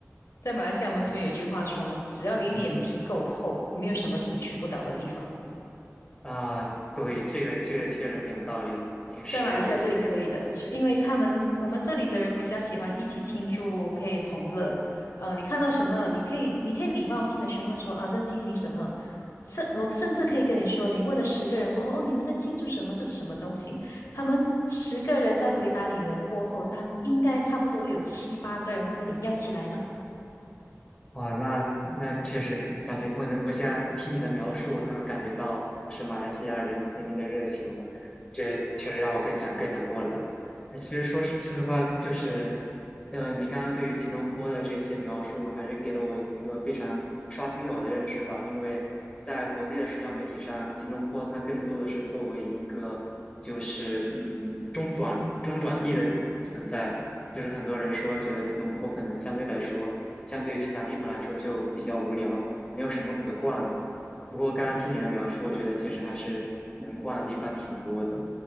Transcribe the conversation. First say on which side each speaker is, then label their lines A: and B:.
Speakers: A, on the left; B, on the left.
A: 在马来西亚我们这边有句话说吗？只要你脸皮够厚，
B: 嗯。
A: 没有什么是你去不到的地方。
B: 啊，对，这个这个确实很有道理，挺实用一句。
A: 在马来西亚这里可以的，是因为他们我们这里的人比较喜欢一起庆祝，可以同乐。呃，你看到什么，你可以你可以礼貌性的询问说啊，在进行什么。甚我甚至可以跟你说，你问了十个人过后，哦，你们在庆祝什么？这是什么东西？他们十个人在回答你的过后，当应该差不多有七八个人会问你要一起来吗？
B: 哇，那那确实感感觉，我能，我现在听你的描述，我都能感觉到，就是马来西亚人人民的热情了。这确实让我更想更想过来。那其实说实说实话，就是，嗯、你刚刚对于吉隆坡的这些描述，还是给了我一个非常刷新了我的认知吧。因为在国内的社交媒体上，吉隆坡它更多的是作为一个，就是嗯中转中转地的存在，就是很多人说觉得吉隆坡可能相对来说。相对于其他地方来说就比较无聊，没有什么可逛的。不过刚刚听你的描述，我觉得其实还是能逛的地方挺多的。